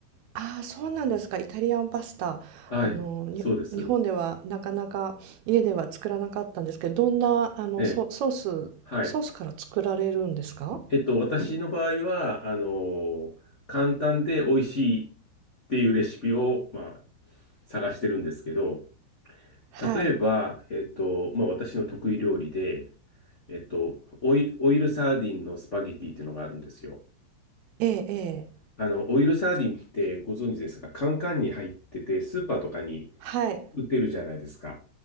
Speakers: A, on the right (about 75°); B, on the left (about 45°).
A: ああ、そうなんですか。イタリアンパスタ。
B: はい。
A: あの、に日本ではなかなか家では作らなかったんですけど、
B: そうです。
A: どんな、あの、
B: ええ、
A: ソ、ソース、
B: はい。
A: ソースから作られるんですか
B: えっと、私の場合は、あの、簡単で美味しいっていうレシピを、まあ、探してるんですけど、
A: はい。
B: 例えば、えっと、まあ、私の得意料理で、えっと、オイ、オイルサーディンのスパゲティっていうのがあるんですよ。
A: ええ、ええ。
B: あの、オイルサーディンってご存知ですが、カンカンに入ってて、スーパーとかに
A: はい。
B: 売ってるじゃないですか。